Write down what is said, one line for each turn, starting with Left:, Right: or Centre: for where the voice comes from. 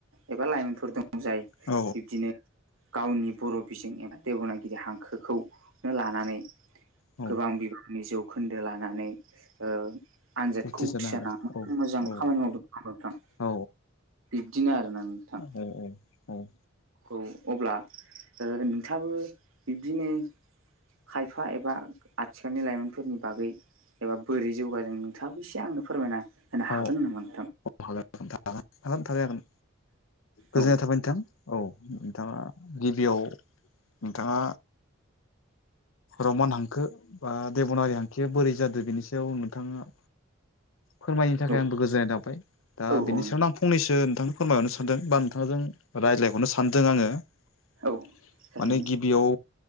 Right: एबा लाइमोनफोर दं जाय
Left: औ
Right: बिब्दिनो गावनि बर' बिजों एबा देब'ना इदि हांखोखौ लानानै
Left: औ
Right: गोबां बिबांनि जौ खोन्दो लानानै ओ आनजादखौ
Left: उथ्रिसारनो
Right: उथिसारा
Left: हादों औ
Right: मोजां
Left: औ
Right: खामानि <unintelligible> नोंथां ।
Left: औ
Right: बिबदिनो आरोना नोंथां
Left: औ औ
Right: खौ अब्ला नोंथाङाबो बिब्दिनि खायफा एबा आथिखालनि लाइमोनफोरनि बागै एबा बोरै जौगाजों थाबो एसे आंनो फोरमायना होनो हागोन
Left: औ
Right: नामा नोंथां
Left: हागोन हागोन थारै हागोन गोजोननाय
Right: औ
Left: थाबाय नोंथां औ नोंथाङा गिबियाव नोंथाङा रमान हांखो बा देब'नारि हांखोआ बोरै जादों बेनि सायाव नोंथाङा फोरमायनो थाखाय
Right: औ
Left: आंबो गोजोननाय थाबाय दा
Right: औ
Left: बेनि
Right: औ
Left: सायावनो आं फंनैसो नोंथांनो फोरमायहरनो सानदों बा नोंथां रायलायहरनो सानदों आंङो
Right: औ थारैनो
Left: बेयाव